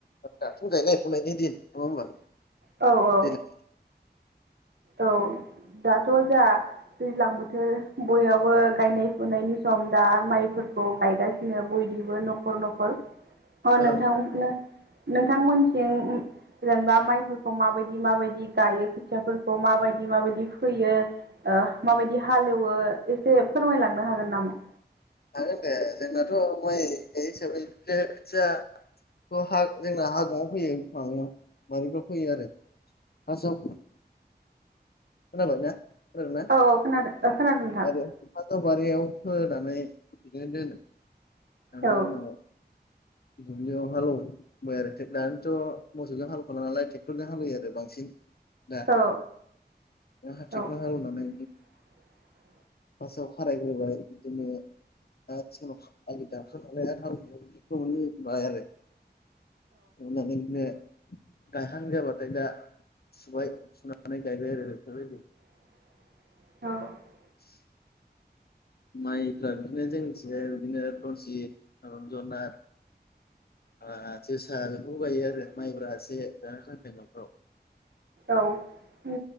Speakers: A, on the left (about 60°); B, on the right (about 70°).
A: दाथ' गायनाय फुनायनि दिन नङा होमबा
B: औ औ
A: दैलां
B: औ दाथ' जा दैज्लां बोथोर बययावबो गायनाय फुनायनि सम दा माइफोर खौ गायगासिनो बयनिबो नख खर नखर अ
A: औ
B: नोंथां नो नोंथांमोनसिं जेनेबा माइफोरखौ माबायदि माबायदि गायो खोथियाफोरखौ माबायदि माबायदि फोयो ओ माबायदि हालेवो एसे फोरमायलांनो हागोन नामा?
A: हागोन दे जोंनाथ' माइ हिसाबैे खोथिया थ हा जोंना हागुङाआव फैयो माबायाव बारिफोराव फैयो आरो फासाव खोनाबाय ना खोनादों ना
B: औ खोनादों ओ खोनादों नोंथां
A: <unintelligible> बारियाव फोनानै बिदिनो दोनो दानि
B: औ
A: उनाव दुब्लिआव हालेवबाय आरो दानिथ' मोसौजों हालेवखाला नालाय ट्रेक्टरजों हालेवयो आरो बांसिन दा
B: औ
A: दा <unintelligible>
B: औ
A: हालेवनानै
B: <inaudible>
A: फासआव खारायग्रोबाय बिदिनो दा आलि दालाय <unintelligible> फोमोनबाय आरो फोमोननानै बिदिनो गायहां जाबाथाय दा सुबाय सुनानै गायबाय आरो बेफोरबायदि
B: <inaudible> औ
A: <inaudible> माइफ्रा बिदिनो जोंनिथिंजाय बिदिनो रन्जित रन्जना ओ जोसा बेफोरखौ गायो आरो माइब्रा एसे जानो थाखाय न'फ्राव
B: औ उम